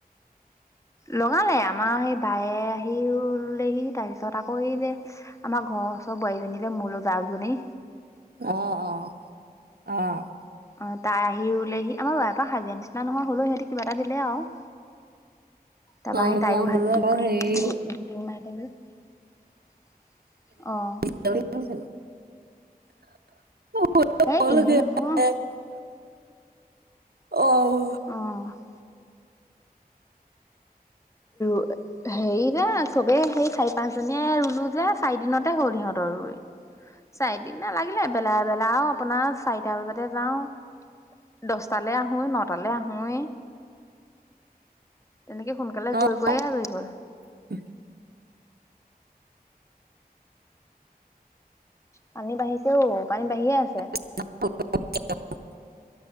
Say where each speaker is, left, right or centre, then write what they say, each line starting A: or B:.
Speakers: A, on the left; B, on the right.
A: লগালে আমাৰ সেই বায়ে আহিও ৰোলেহি তাৰপিছত আকৌ এই যে <inaudible> আমাৰ ঘৰৰ ওচৰৰ বোৱাৰীজনী যে মোল জাজনী
B: অঁ-অঁ! অহ। <inaudible>
A: অঁ! তাই আহি ৰুলেহি আমাৰ বা <inaudible> হাজিৰা নিচিনা নহয় হ'লেও সিহঁতি কিবা এটা দিলে আৰু। তাৰপৰা
B: অ',
A: সেই তাইও
B: মই বোলো
A: আহি
B: আকৌ
A: <unintelligible> দুদিন-দুদিন
B: হেৰি
A: মাৰিলেহি। <unintelligible> অঁ!
B: কালি কি হৈছিল <unintelligible>
A: এই এনেই নহয়
B: <inaudible> অ! <inaudible>
A: অঁ! <inaudible> <inaudible> হেৰি যে চবেই সেই চাৰি, পাঁচজনীয়ে ৰুলো যে চাৰি দিনতে হ'ল সিহঁতৰ ৰুই। <inaudible> চাৰিদিন ন লাগিলে। এবেলা-এবেলা আৰু আপোনাৰ চাৰিটা বজাতহে যাওঁ। <inaudible> দচটালৈ আহোঁৱেই, নটালৈ আহোঁৱেই। <inaudible> তেনেকে সোনকালে
B: অ',
A: গৈ গৈয়ে আজৰি হ'ল। <inaudible>
B: <unintelligible>
A: পানী বাঢ়িছে অ পানী বাঢ়িয়ে আছে। <inaudible>
B: <unintelligible>